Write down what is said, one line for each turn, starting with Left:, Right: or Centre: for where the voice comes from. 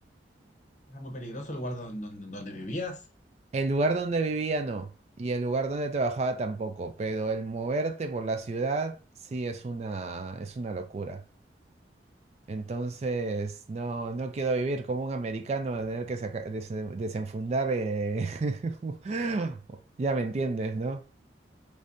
Left: ¿Era muy peligroso el lugar don- don- donde, vivías?
Right: El lugar donde vivía no, y el lugar donde trabajaba tampoco, pero el moverte por la ciudad sí es una, es una locura. Entonces, no, no quiero vivir como un americano, de tener que saca- des- desenfundar. eh, <laughs> Ya me entiendes, ¿no?